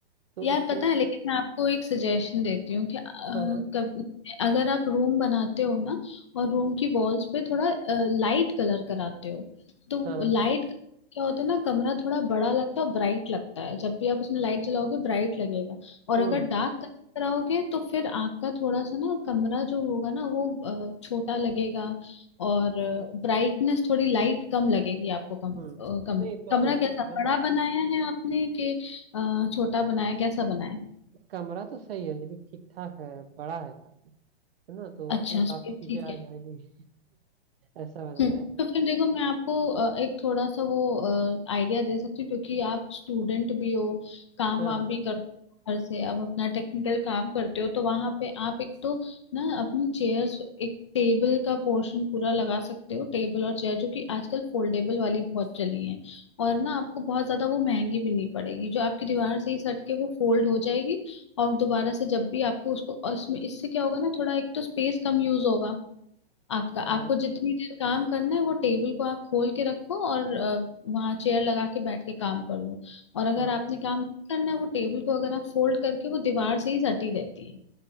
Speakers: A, on the right; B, on the left.
A: तो
B: यार
A: उससे
B: पता है लेकिन मैं आपको एक सजेशन देती हूँ कि अ,
A: हाँ हाँ
B: कब अगर आप रूम बनाते हो ना और रूम की वॉल्स पे थोड़ा लाइट कलर कराते हो तो
A: हाँ हाँ,
B: लाइट क्या होता है ना कमरा थोड़ा बड़ा लगता है ब्राइट लगता है जब भी आप उसमें लाइट जलाओगे ब्राइट लगेगा और
A: हम्म
B: अगर डार्क कराओगे तो फिर आपका थोड़ा सा ना कमरा जो होगा ना वो अ, छोटा लगेगा और ब्राइटनेस थोड़ी लाइट कम लगेगी आपको कम अ,
A: हम्म
B: कम
A: नहीं तो
B: कमरा कैसा
A: अ,
B: बड़ा बनाया है आपने कि अ, छोटा बनाया कैसा बनाया
A: कमरा तो सही है लेकिन ठीक ठाक है बड़ा है है ना तो
B: अच्छा
A: उसमें काफी
B: स्पेस
A: चीजें
B: ठीक
A: आ
B: है
A: जाएंगी <laughs> ऐसा बनाया
B: हम्म,
A: है
B: तो फिर देखो मैं आपको अ, एक थोड़ा सा वो आइडिया दे सकती हूँ क्योंकि आप स्टूडेंट भी हो काम
A: हाँ
B: वाम भी कर घर से अब अपना टेक्निकल काम करते हो तो वहां पे आप एक तो ना अपनी चेयर्स एक टेबल का पोर्शन पूरा लगा सकते हो टेबल और चेयर जो कि आजकल फोल्डेबल वाली बहुत चली है और ना आपको बहुत ज्यादा वो महंगी भी नहीं पड़ेगी जो आपकी दीवार से ही सट के वो फोल्ड हो जाएगी और दोबारा से जब भी आपको उसको और इसमें इससे क्या होगा ना थोड़ा एक तो स्पेस कम यूज होगा आपका
A: हाँ
B: आपको जितनी देर काम करना है वो टेबल को आप खोल के रखो और अ, वहाँ चेयर लगा के बैठ के काम कर लो और अगर
A: हाँ
B: आपने काम नहीं करना है वो टेबल को अगर आप फोल्ड करके वो दीवार से ही सटी रहती है